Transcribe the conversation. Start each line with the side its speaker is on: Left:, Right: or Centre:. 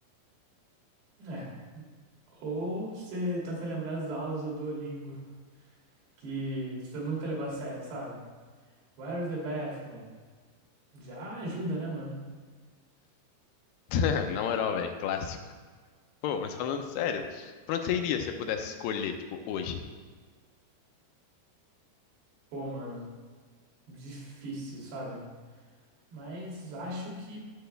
Right: É. Ou você tenta lembrar as aulas do Duolingo, que você nunca levar a sério, sabe? Where is the bathroom? Já ajuda, né, mano?
Left: <laughs> Na moral, velho, clássico. Pô, mas falando sério, pra onde você iria se você pudesse escolher, tipo, hoje?
Right: Pô, mano, difícil, sabe? Mas acho que,